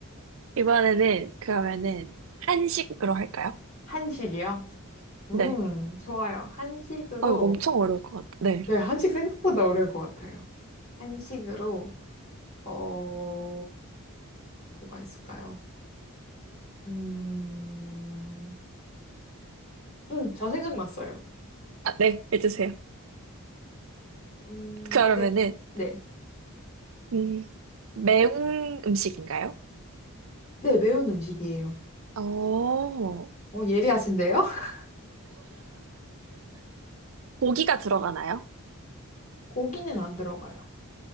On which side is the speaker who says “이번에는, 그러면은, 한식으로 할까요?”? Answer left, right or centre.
Right